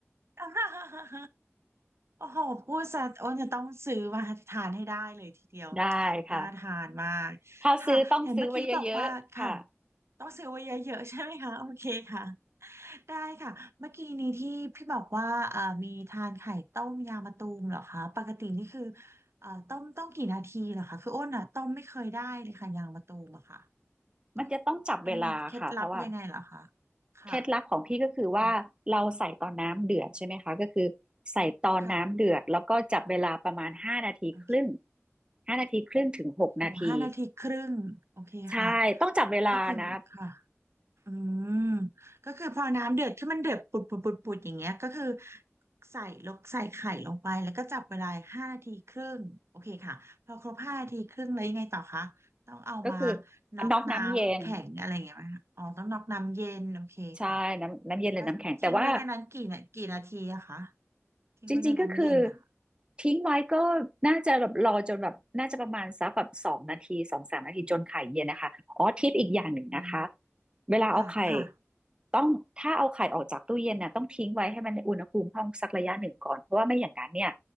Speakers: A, on the right; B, on the right.
A: โอ้โหพูดซะอ้นจะต้องซื้อมาทานให้ได้เลยทีเดียว
B: ได้ค่ะ
A: น่าทานมากค่ะเห็นเมื่อกี้บอกว่าค่ะ
B: ถ้าซื้อต้องซื้อไว้เยอะๆค่ะ
A: ต้องซื้อไว้เยอะๆใช่ไหมคะโอเคค่ะได้ค่ะเมื่อกี้นี้ที่พี่บอกว่าเอ่อมีทานไข่ต้มยางมะตูมเหรอคะปกตินี่คือเอ่อต้มต้มกี่นาทีเหรอคะคืออ้นอ่ะต้มไม่เคยได้เลยค่ะยางมะตูมอะค่ะต้อง
B: มันจะต้องจับเวลาค่ะเพราะว่า
A: มันมีเคล็ดลับยังไงเหรอคะค่ะ
B: เคล็ดลับของพี่ก็คือว่าเราใส่ตอนน้ำเดือดใช่ไหมคะก็คือใส่ตอนน้ำเดือดแล้วก็จับเวลาประมาณห้านาทีครึ่ง
A: อืมค่ะโอเค
B: ห้านาทีครึ่งถึงหกนาที
A: โอ้ห้านาทีครึ่งโอเคค่ะ
B: ใช่ต้องจับเวลานะ
A: ก็คือค่ะอืมก็คือพอน้ำเดือดที่มันเดือดปุดปุดปุดปุดอย่างเงี้ยก็คือใส่ลงใส่ไข่ลงไปแล้วก็จับเวลาห้านาทีครึ่งโอเคค่ะพอครบห้านาทีครึ่งแล้วยังไงต่อคะต้องเอามา
B: ก็คือ
A: น็อกน้ำแข็งอะไรอย่างเงี้ยไหมคะอ๋อต้องน็อกน้ำเย็นโอเคค่ะ
B: น็อกน้ำเย็นใช่น้ำน้ำเย็นหรือน้ำแข็งแต่ว่า
A: แล้วทิ้งไว้ในนั้นกี่นากี่นาทีอะคะทิ้งไว้ในน้ำเย็นอะ
B: จริงๆก็คือทิ้งไว้ก็น่าจะแบบรอจนแบบน่าจะประมาณสักแบบสองนาทีสองสามนาทีจนไข่เย็นนะคะอ๋อทิปอีกอย่างหนึ่งนะคะ
A: อืม
B: เวลาเอาไข่
A: ค่ะค่ะ
B: ต้องถ้าเอาไข่ออกจากตู้เย็นน่ะต้องทิ้งไว้ให้มันในอุณหภูมิห้องสักระยะหนึ่งก่อนเพราะว่าไม่อย่างนั้นเนี่ย